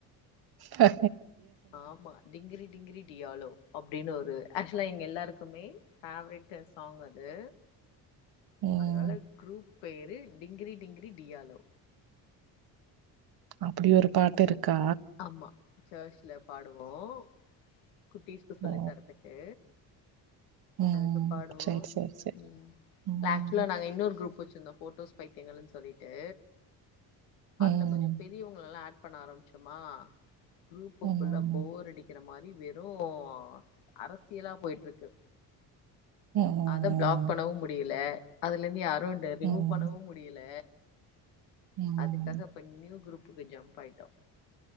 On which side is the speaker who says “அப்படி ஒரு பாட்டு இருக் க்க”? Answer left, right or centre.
Right